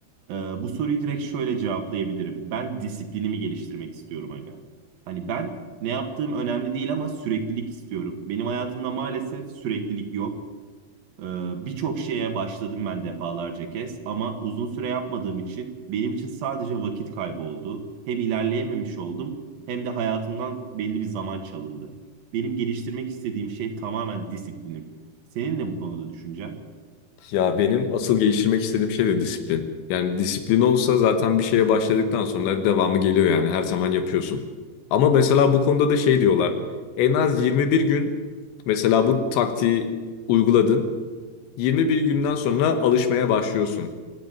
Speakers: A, on the right (about 60°); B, on the left (about 85°).
A: Ee, bu soruyu direkt şöyle cevaplayabilirim. Ben disiplinimi geliştirmek istiyorum hala. Hani ben ne yaptığım önemli değil ama süreklilik istiyorum. Benim hayatımda maalesef süreklilik yok. Ee, birçok şeye başladım ben defalarca kez ama uzun süre yapmadığım için benim için sadece vakit kaybı oldu. Hem ilerleyememiş oldum hem de hayatımdan belli bir zaman çalındı. Benim geliştirmek istediğim şey tamamen disiplinim. Senin ne bu konuda düşüncen?
B: Ya benim asıl geliştirmek istediğim şey de disiplin. Yani disiplin olsa zaten bir şeye başladıktan sonra devamı geliyor yani her zaman yapıyorsun. Ama mesela bu konuda da şey diyorlar. En az 21 gün mesela bu taktiği uyguladın. 21 günden sonra alışmaya başlıyorsun.